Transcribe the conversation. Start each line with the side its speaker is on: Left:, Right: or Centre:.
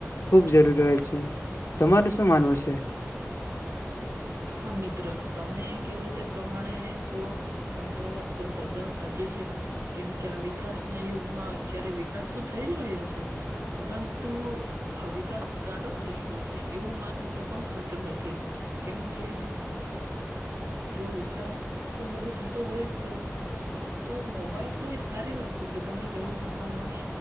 Left: ખૂબ જરૂરી હોય છે. તમાર શું માનવું છે?
Right: હા મિત્ર તમે કહ્યું તે પ્રમાણે તો તમારી વાત તો તદ્દન સાચી છે કેમકે આ વિકાસના યુગમાં જયારે વિકાસ તો થઈ જ રહ્યો છે. પરંતુ વિકાસ ગાંડો થઈ ગયો છે એવું માનવું તો પણ ખોટું નથી. કેમકે જો વિકાસ આટલો બધો થતો હોય તો તો મોબાઈલ તો એ સારી વસ્તુ છે તમે કહ્યું તે પ્રમાણે